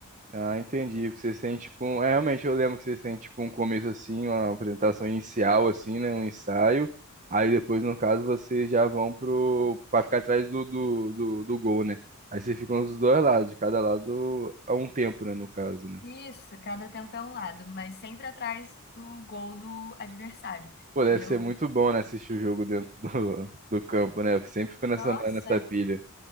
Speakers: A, on the right; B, on the left.
A: Ah, entendi. Porque vocês têm tipo um... É, realmente eu lembro que vocês têm tipo um começo assim, uma apresentação inicial assim, né, um ensaio. Aí depois, no caso, vocês já vão pro para ficar atrás do, do, do, do gol, né? Aí vocês ficam dos dois lados, de cada lado a um tempo, né, no caso, né?
B: Isso, cada tempo é um lado, mas sempre atrás do gol do adversário,
A: Pô,
B: entendeu?
A: deve ser muito bom, né, assistir o jogo dentro do, do campo, né? Eu sempre fico nessa
B: Nossa,
A: nessa pilha.